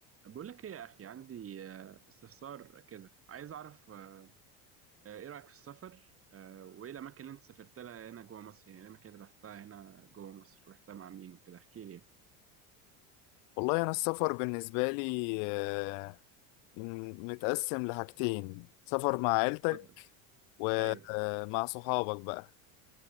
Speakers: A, on the right; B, on the left.
A: بقول لك ايه يا اخي عندي آه، استفسار كده عايز اعرف آه، آه، ايه رايك في السفر آه، وايه الاماكن اللي انت سافرت لها هنا جوه مصر يعني إيه الاماكن اللي رحتها هنا جوه مصر رحتها مع مين وكده احكي لي يعني.
B: والله أنا السفر بالنسبة لي آه، م- متقسم لحاجتين سفر مع عيلتك
A: اتفضل
B: ومع
A: ايوه
B: صحابك بقى